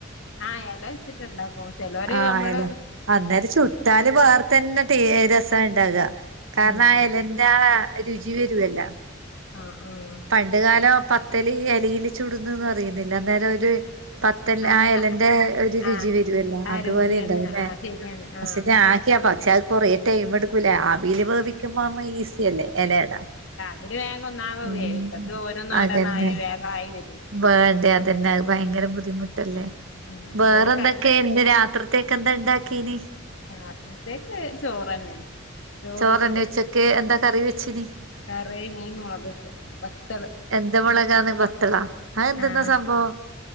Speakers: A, on the left; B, on the right.
A: ആഹ് എല വെച്ചിട്ട്ണ്ടാക്കും. ചെലോര്
B: ആഹ്
A: ഞമ്മള്
B: എല അന്നേരം ചുട്ടാല് വേറ തന്നെ ടേ രസാണ്ടാകാ. കാരണം
A: ഉം
B: ആ എലന്റാ രുചി വരുവല്ലാ.
A: ആഹ് ആഹ്.
B: പണ്ട് കാലം പത്തല് എലീല് ചുട്ന്ന്ന്ന് പറീന്നില്ലെ അന്നേരം ഒര് പത്തൽന്
A: ആഹ്
B: ആ എലന്റെ
A: ആഹ് ആഹ്
B: ഒരു രുചി
A: ആഹ്
B: വരുവല്ലോ?
A: ആഹ്
B: അതുപോലെ
A: രുചിയാണ്
B: ഇതാവു അല്ലെ.
A: ആഹ് ശരിയാണ്
B: പക്ഷെ
A: ആഹ്
B: ഞാന് പക്ഷെ അത് കൊറേ ടൈം എടുക്കൂലെ? ആവീൽ വേവിക്കുമ്പാമ്പ ഈസിയല്ലേ എലയട?
A: ഇതില് വേഗം ഒന്നാവാ
B: ഉം
A: വേവിക്കാ. ഇത് ഓരോന്നോരോന്നായി
B: അതന്നെ
A: വേഗായി വരു
B: വേണ്ടേ അതന്നെ, അത് ഭയങ്കര ബുദ്ധിമുട്ടല്ലേ?
A: ഉം
B: വേറെ
A: ഇബര്ക്കത്
B: എന്തൊക്കേ? പിന്നെ രാത്രിത്തേക്ക് എന്താ ഇണ്ടാക്കീന്?
A: രാത്രിത്തേക്ക് ചോറന്നെണ് ചോറുപ്പേരി
B: ചോറന്നെയാ ഉച്ചക്ക്? എന്ത കറി വെച്ചിന്?
A: കറി മീൻ മൊളകിട്ട്, വത്തള്.
B: എന്ത് മൊളകാന്ന് വത്തളാ? അത് എന്ത്ന്നാ
A: ആഹ്
B: സംഭവം?